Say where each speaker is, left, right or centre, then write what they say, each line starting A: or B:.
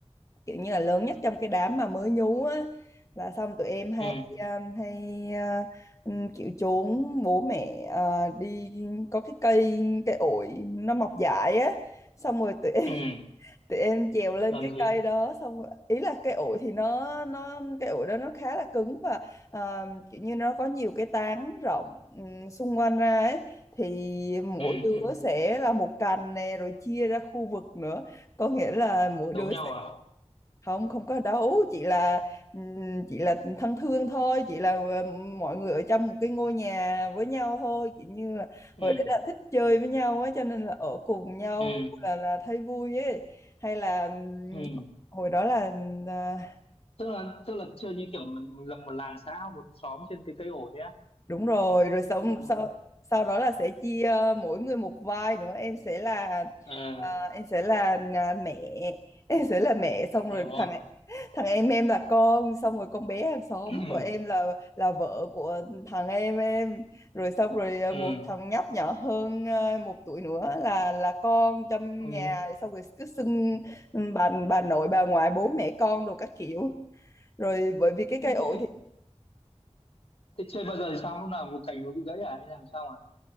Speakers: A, on the left (about 30°); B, on the left (about 60°).
A: kiểu như là lớn nhất trong cái đám mà mới nhú á là xong tụi em hay
B: ừ
A: um, hay uh, um, kiểu trốn bố mẹ uh, đi có cái cây cây ổi nó mọc dại á xong rồi tụi
B: ừ
A: thì em trèo lên
B: làm
A: cái
B: gì
A: cây đó xong rồi- ý là cây ổi thì nó nó cây ổi đó nó khá là cứng và à, kiểu như nó có nhiều cái tán rộng ừm, xung quanh ra ấy thì
B: ừ
A: mỗi đứa
B: ừ
A: sẽ là một cành nè rồi chia ra khu vực nữa có nghĩa là mỗi
B: đấu
A: đứa
B: nhau à
A: không không có đấu chỉ là ừm, chỉ là thân thương thôi chỉ là ờ, mọi người ở trong một cái ngôi nhà với nhau thôi kiểu như là
B: ừ
A: hồi đấy là thích chơi với nhau á cho nên là ở cùng nhau
B: ừ
A: là là thấy vui ấy hay là ừm,
B: ừ
A: hồi đó là à,
B: tức là tức là chơi như kiểu mình mình lập một làng xã một xóm trên cái cây ổi á
A: Đúng rồi, rồi sau
B: tức là
A: sau sau đó là sẽ chia ờ, mỗi người một vai nữa. Em sẽ là
B: à
A: à, em sẽ là à, mẹ, <laughs> em sẽ là mẹ xong rồi
B: rồi
A: thằng thằng em em là con, xong rồi con bé hàng xóm
B: <clears throat> ừ
A: của em là là vợ của thằng em em. Rồi xong rồi à,
B: ừ
A: một thằng nhóc nhỏ hơn à, một tuổi nữa là là con trong
B: ừ.
A: nhà xong rồi cứ xưng bà bà nội bà ngoại bố mẹ con đồ các kiểu. Rồi bởi vì cái
B: thế
A: cây ổi
B: thế
A: thì
B: thế chơi bao giờ thì sao lúc nào một cành nó bị gãy à hay làm sao à